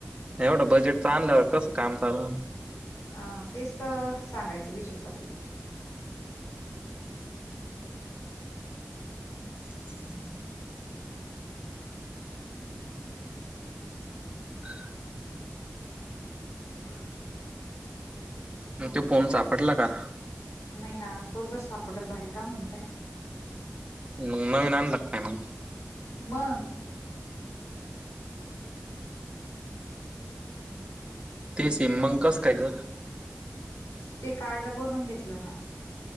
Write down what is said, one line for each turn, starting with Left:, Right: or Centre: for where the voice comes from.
Right: एवढं बजेट आणल्यावर कसं काम चालल.
Left: अ तेच सांगायचा विषय चालय.
Right: <inaudible> <inaudible>
Left: ह् <inaudible>
Right: मग तो फोन सापडला का.
Left: नाही ना तो जर सापडत भारी काम होईल बाई.
Right: मग नवीन आणला की काय मग <inaudible>
Left: मग.
Right: ते सिम मंग कसं काय ग
Left: ते कार्ड बनून घेतलं ना.